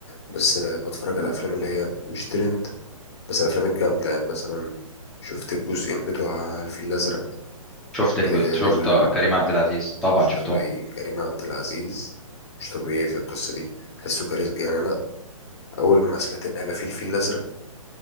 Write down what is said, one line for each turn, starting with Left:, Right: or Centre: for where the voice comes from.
Left: بس آه، بتفرج على الافلام اللي هي مش ترند بس الافلام الجامده يعني مثلا شفت الجزئين بتوع الفيل الازرق
Centre: شفت الج-
Left: كده كده
Centre: شفت
Left: دول
Centre: آه، كريم عبد العزيز طبعا
Left: مش
Centre: شفتهم
Left: طبيعيين كريم عبد العزيز مش طبيعي في القصة دي حسه كاريزما يعني أنا أول ما سمعت إن هيبقى فيه الفيل الأزرق